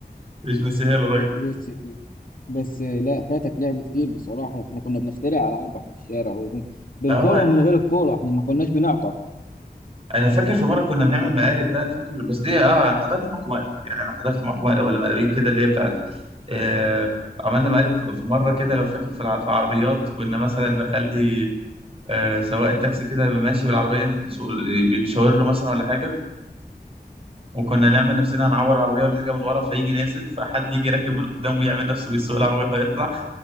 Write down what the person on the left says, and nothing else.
إيه
بس بس لا فاتك لعب كتير بصراحه احنا كنا بنخترع العاب واحنا في الشارع وب- بالكوره
ومن
غير الكوره احنا ما كناش بنعطر